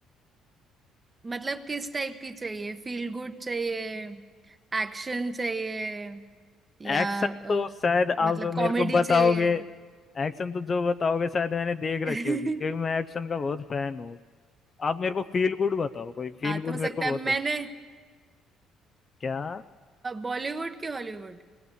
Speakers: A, on the right; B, on the left.
A: मतलब किस टाइप की चाहिए फील गुड चाहिए एक्शन चाहिए या
B: एक्शन
A: अ,
B: तो शायद आप
A: मतलब कॉमेडी
B: मेरे को बताओगे
A: चाहिए
B: एक्शन तो जो बताओगे शायद मैंने देख
A: <laughs>
B: रखी होगी क्योंकि मैं एक्शन का बहुत फैन हूँ आप मेरे को फील गुड बताओ कोई फील
A: हाँ तो
B: गुड
A: हो सकता
B: मेरे को बहुत
A: है मैंने
B: पसंद क्या
A: बॉलीवुड की हॉलीवुड